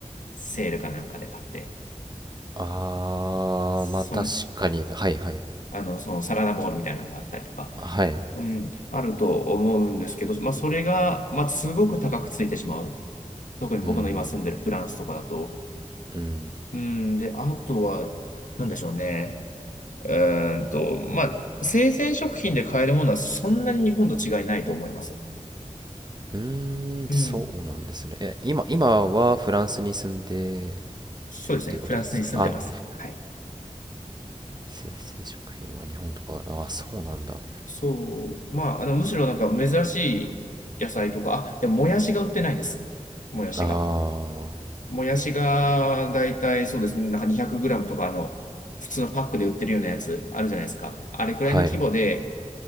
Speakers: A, on the left; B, on the right.
A: セールかなんかで買って。
B: ああ、
A: そん
B: まあ確かに。はいはい。
A: あの、そのサラダボールみたいなのがあったりとか、
B: はい。
A: うん、あると思うんですけど、まあ、それが、まあ、すごく高くついてしまう。特に僕の今住んでるフランスとかだと。
B: うん。うん。
A: うん、で、あとは、なんでしょうね。うーんと、まあ、生鮮食品で買えるものはそんなに日本と違いないと思います。
B: うーん、
A: うん、
B: そうなんですね。え、今、今はフランスに住んで
A: そうですね。
B: るっていうことですかあ、
A: フランスに住んでます。はい。
B: 生成食品は日本とか、あ、そうなんだ。
A: そう。まあ、あの、むしろなんか珍しい野菜とか、あ、でももやしが売ってないです。もやしが。
B: ああ、
A: もやしが、だいたいそうですね、なんか2 0 0ムとか、あの、普通のパックで売ってるようなやつあるじゃないですか。あれくらいの規模で、
B: はい。